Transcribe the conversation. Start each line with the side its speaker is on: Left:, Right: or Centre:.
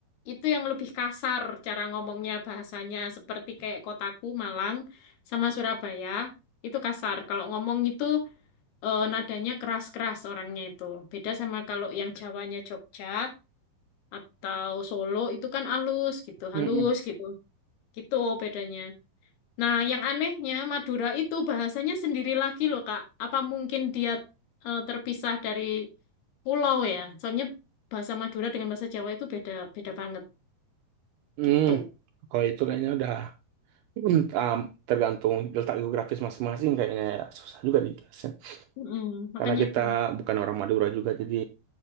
Left: itu yang lebih kasar cara ngomongnya bahasanya seperti kayak kotaku Malang sama Surabaya itu kasar. Kalau ngomong itu eh, nadanya keras-keras orangnya itu. Beda sama kalau yang Jawanya Jogja atau Solo itu kan halus gitu,
Right: Mm,
Left: halus gitu. Gitu bedanya. Nah, yang anehnya Madura itu bahasanya sendiri lagi loh, Kak. Apa mungkin dia eh, terpisah dari pulau ya? Soalnya bahasa Madura dengan bahasa Jawa itu beda beda banget
Right: mm.
Left: gitu.
Right: kalau itu kayaknya udah <clears throat> mm, ah, tergantung letak geografis masing-masing kayaknya ya susah juga dijelasin
Left: Mm, makanya
Right: karena kita
Left: itu.
Right: bukan orang Madura juga jadi